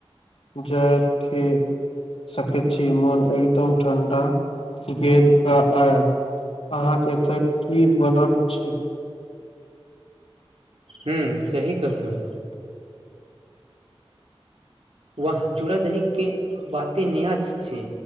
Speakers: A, on the left (about 80°); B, on the right (about 75°).
A: जए के <unintelligible> सकय छी। मोन एकदम ठण्डा भेल आयल अहाँके एतय की बनल छै
B: हूँ सही कहलहु वाह चूड़ा दहीके बाते नैया छै